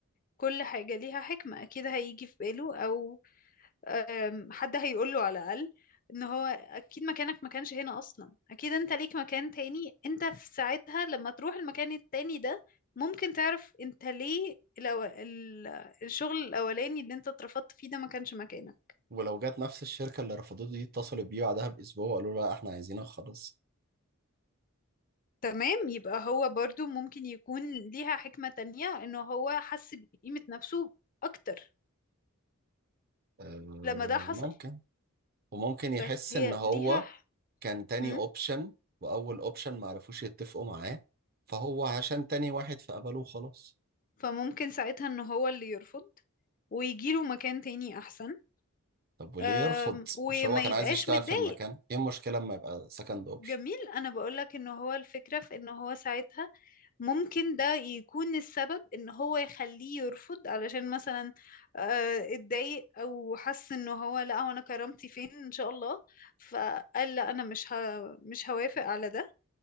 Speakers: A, on the left; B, on the right.
A: كل حاجة ليها حكمة اكيد هيجي في باله او أم، حد هيقوله على الأقل ان هو اكيد مكانك ما كانش هنا اصلا اكيد انت ليك مكان تاني انت في ساعتها لما تروح المكان التاني ده ممكن تعرف انت ليه الأو... ال... الشغل الاولاني اللي انت اترفضت فيه ده ما كانش مكانك
B: ولو جت نفس الشركة اللي رفضته دي اتصلت بيه بعدها باسبوع وقالوا له لا احنا عايزينك خلاص
A: تمام يبقى هو برضو ممكن يكون ليها حكمة تانية انه هو حس بقيمة نفسه اكتر
B: آه
A: لما ده حصل
B: ممكن وممكن يحس
A: فهي
B: ان هو
A: ليها
B: كان تاني
A: هم؟
B: اوبشن واول اوبشن ما عرفوش يتفقوا معاه فهو عشان تاني واحد فقبله وخلاص
A: فممكن ساعتها ان هو اللي يرفض ويجيله مكان تاني احسن
B: طب وليه
A: أم،
B: يرفض
A: وما
B: مش هو كان
A: يبقاش
B: عايز يشتغل
A: متضايق
B: في المكان ايه المشكلة اما يبقى سكند اوبشن
A: جميل انا بقولك ان هو الفكرة في ان هو ساعتها ممكن ده يكون السبب ان هو يخليه يرفض علشان مثلا آه، اتضايق او حس ان هو لا هو انا كرامتي فين ان شاء الله فقال لا انا مش ه... مش هوافق على ده